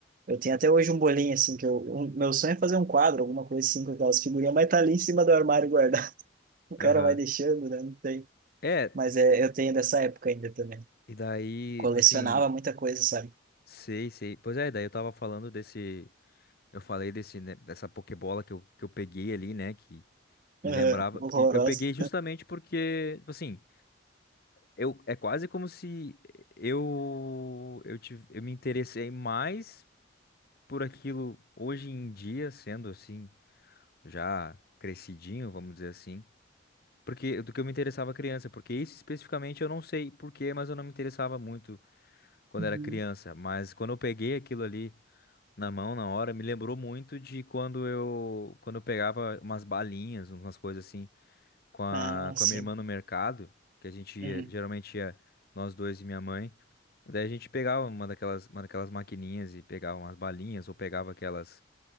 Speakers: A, on the right (about 45°); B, on the left (about 50°).
A: Eu tenho até hoje um bolinho, assim, que eu, um- meu sonho é fazer um quadro, alguma coisa assim, com aquelas figurinhas, mas tá ali em cima do armário guardado. <laughs> O cara
B: Aham.
A: vai deixando, né? Não tem.
B: É,
A: Mas é, eu tenho dessa época ainda também.
B: e daí,
A: Colecionava
B: tipo assim,
A: muita coisa, sabe?
B: sei, sei. Pois é, daí eu tava falando desse. Eu falei desse, né, dessa Pokébola que eu, que eu peguei ali, né? Que me
A: <laughs> Aham,
B: lembrava. porque
A: Horrorosa.
B: Eu peguei justamente porque, tipo assim, eu, é quase como se eu, eu, tive, eu me interessei mais por aquilo hoje em dia, sendo assim, já crescidinho, vamos dizer assim. Porque do que eu me interessava criança, porque isso especificamente eu não sei porquê, mas eu não me interessava muito quando
A: Uhum.
B: era criança, mas quando eu peguei aquilo ali na mão na hora, me lembrou muito de quando eu quando eu pegava umas balinhas, umas coisas assim, com a
A: Ah,
B: com
A: sim.
B: a minha irmã no mercado, que a gente ia,
A: Uhum.
B: geralmente ia nós dois e minha mãe. Daí a gente pegava uma daquelas uma daquelas maquininhas e pegava umas balinhas ou pegava aquelas